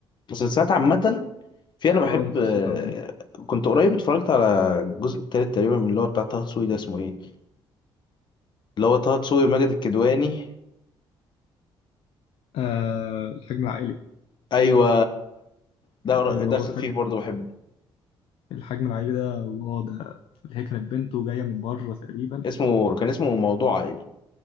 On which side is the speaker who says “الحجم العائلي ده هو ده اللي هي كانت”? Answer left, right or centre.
Left